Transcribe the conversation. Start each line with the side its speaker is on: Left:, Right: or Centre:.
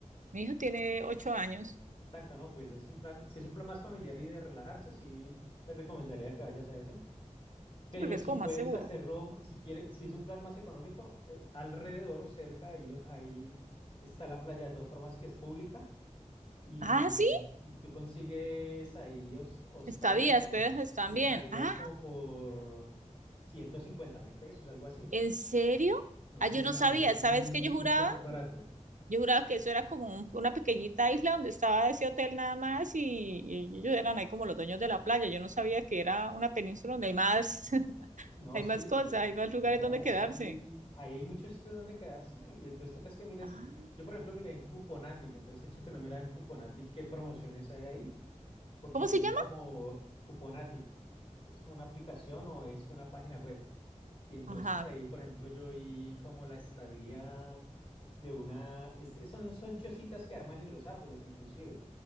Right: mi hijo tiene ocho años.
Left: Exacto, no, pues es un plan, si es un plan más familiar y de relajarse, sí, te recomendaría que vayas a ese, pero
Right: Sí, porque es
Left: si
Right: como
Left: puedes
Right: más seguro.
Left: hacerlo, m- si quieres, si es un plan más económico, eh, alrededor o cerca, hay un- ahí, está la playa de todas formas que es pública y,
Right: Ah, sí.
Left: y tú consigues ahí hos- hostales
Right: Estadías,
Left: o
Right: pero están
Left: estadías
Right: bien. Ah,
Left: como por ciento cincuenta mil pesos, algo así.
Right: ¿en serio?
Left: Entonces,
Right: Ah, yo
Left: digamos,
Right: no sabía.
Left: es
Right: ¿Sabes
Left: mucho,
Right: qué yo juraba?
Left: mucho más barato.
Right: Yo juraba que eso era como un- una pequeñita isla donde estaba ese hotel nada más y, y ellos eran ahí como los dueños de la playa. Yo no sabía que era una península donde hay más, <laughs>
Left: No,
Right: hay
Left: sí,
Right: más
Left: y
Right: cosas,
Left: tú,
Right: hay más lugares
Left: no,
Right: donde
Left: eso
Right: quedarse.
Left: ahí, ahí hay muchos sitios donde quedarse, sí, y entonces tocas que mires,
Right: Ah,
Left: yo por ejemplo miré en Cuponatic, entonces échate una mirada en Cuponatic, qué promociones hay ahí, porque
Right: ¿cómo
Left: yo
Right: se
Left: vi
Right: llama?
Left: como Cuponatic, es como una aplicación o es una página web, y entonces
Right: Ajá.
Left: ahí por ejemplo yo vi como la estadía de una, es- es- son, son chocitas que arman en los árboles inclusive,